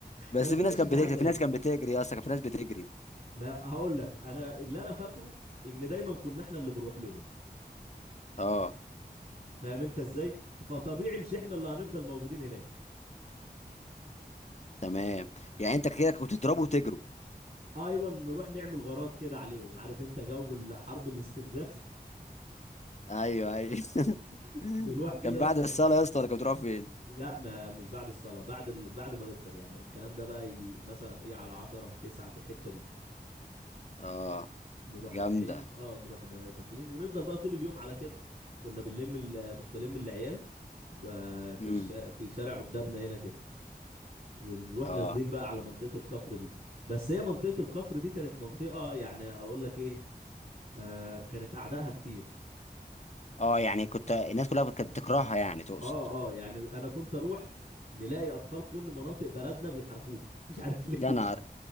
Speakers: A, on the left (about 40°); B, on the right (about 50°).
A: بس
B: ما تقوليش
A: في ناس كانت
B: ان
A: بتكسب
B: حد هيكسب
A: في ناس كانت بتجري يا اسطى كان في ناس بتجري
B: ما هقول لك انا اللي انا فاكره ان دايما كنا احنا اللي بنروح لهم
A: اه
B: فاهم انت ازاي فطبيعي مش احنا اللي هنفضل موجودين هناك
A: تمام يعني انت كده كنت تضربوا وتجروا
B: ايوه نروح نعمل غارات كده عليهم عارف انت جو ال- حرب الاستنزاف
A: ايوه ايوه <laughs>
B: <laughs> نروح كده
A: كان
B: يا
A: بعد
B: اسطى
A: الصاله
B: من-
A: يا اسطى ولا كنت بتروح فين
B: لا ما مش بعد الصلاه بعد ال... بعد ما نفطر يعني الكلام ده بقى ي... مثلا ايه على 10 9 في الحته دي
A: اه
B: نروح
A: جامدة
B: رايحين اه نروح دا- داخلين ونفضل بقى طول اليوم على كده كنا بنلم ال... كنت بلم العيال آه، في
A: امم
B: الش... في شارع قدامنا هنا كده ونروح
A: اه
B: نازلين بقى على منطقة الكفر دي بس هي منطقة الكفر دي كانت منطقة يعني اقول لك ايه آه كانت اعدائها كتير
A: اه يعني كنت الناس كلها كانت بتكرهها يعني تقصد
B: اه اه يعني انا كنت اروح نلاقي اطفال كل مناطق بلدنا بيحاربوهم <laughs> مش عارف ليه
A: يا نهار